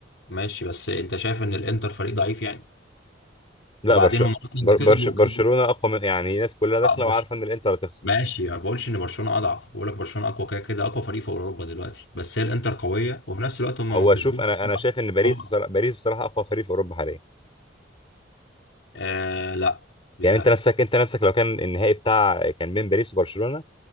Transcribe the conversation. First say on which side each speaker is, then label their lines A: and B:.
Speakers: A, on the left; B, on the left.
A: ماشي بس انت شايف ان الانتر فريق ضعيف يعني
B: لا
A: وبعدين
B: برش...
A: هم اصلا
B: بر...
A: اللي
B: برش...
A: كسبوا
B: برشلونه
A: كسبوا
B: اقوى من يعني الناس كلها داخله
A: اه برش
B: وعارفه ان الانتر هتخسر
A: ماشي ما بقولش ان برشلونه اضعف بقول لك برشلونه اقوى كده كده اقوى فريق في اوروبا دلوقتي بس هي الانتر قويه وفي نفس الوقت هم
B: هو
A: ما كسبوش
B: شوف انا انا شايف ان باريس
A: هم
B: بصراحه باريس بصراحه اقوى فريق في اوروبا حاليا
A: آه لا بيتهيألي
B: يعني انت نفسك انت نفسك لو كان النهائي بتاع كان بين باريس وبرشلونه